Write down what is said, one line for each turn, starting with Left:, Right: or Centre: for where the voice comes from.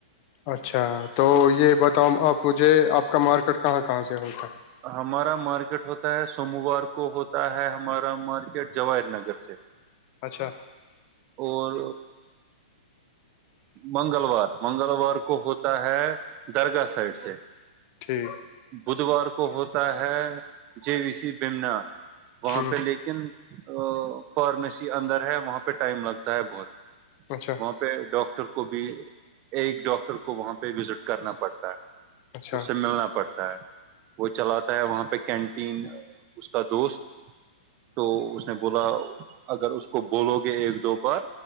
Left: اچھا تو یہ بتاؤں آپ مجھے آپ کا مارکیٹ کہاں کہاں سے ہوتا ہے
Right: ہمارا مارکیٹ ہوتا ہے سوموار کو ہوتا ہے ہمارا مارکیٹ جواہر نگر سے
Left: اچھا
Right: اور منگلوار منگلوار کو ہوتا ہے درگاہ سائڈ سے
Left: ٹھیک
Right: بدوار کو ہوتا ہے جے وی سی بمنا وہاں
Left: ہ
Right: پہ لے کے ن فارمیسی اندر ہے وہاں پہ ٹائم لگتا ہے بہت
Left: اچھا
Right: وہاں پہ ڈاکٹر کو بھی ایک ڈاکٹر کو کو وہاں پہ وزٹ کرنا پڑتا ہے
Left: اچھا
Right: اس سے ملنا پڑتا ہے وہ چلاتا ہے وہاں پہ کینٹین اس کا دوست تو اس نے بولا اگر اس کو بولو گے ایک دو بار